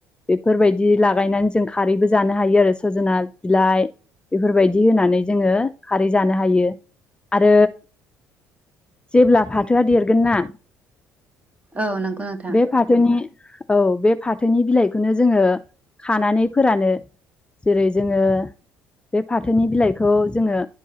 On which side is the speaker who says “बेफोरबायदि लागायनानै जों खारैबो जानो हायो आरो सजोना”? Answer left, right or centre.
Left